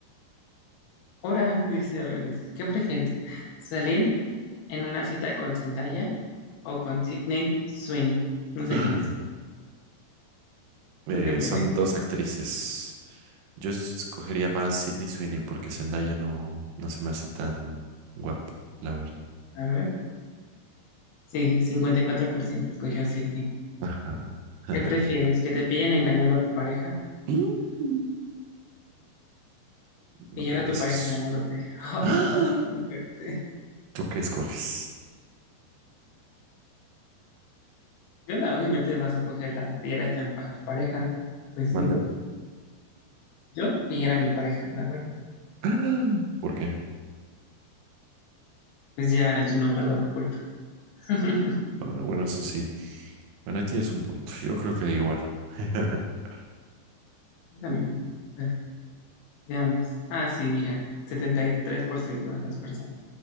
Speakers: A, on the left; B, on the right.
A: Ahora dice, a ver, dice, ¿qué prefieres? ¿Salir en una cita con Zendaya o con Sydney Sweeney? No sé
B: <clears throat>
A: quiénes son.
B: eh,
A: ¿Tú qué prefieres?
B: son dos actrices. Yo escogería más Sydney Sweeney porque Zendaya no, no se me hace tan guapa, la verdad.
A: A ver. Sí, 54% escogió Sydney.
B: Ajá. <laughs>
A: ¿Qué prefieres? ¿Que te pillen engañando a tu pareja?
B: Mm, No
A: Pillar
B: me
A: a
B: digas
A: tu pareja
B: eso.
A: engañándote.
B: <gasps>
A: <laughs> Ay,
B: ¡Ah!
A: no, es muy fuerte.
B: ¿Tú qué escoges?
A: Yo la, obviamente vas a escoger la de pillar a tu, a tu pareja. Pues
B: ¿Mande?
A: sí. Yo pillar a mi pareja, la verdad.
B: <gasps> ¡Ah! ¿Por qué?
A: Pues ya yo no guardo la culpa. <laughs>
B: Ah, bueno, eso sí. Bueno, ahí tienes un punto. Yo creo que da igual. <laughs>
A: También. Bueno, veamos. Ah, sí, mira. 73% de las personas.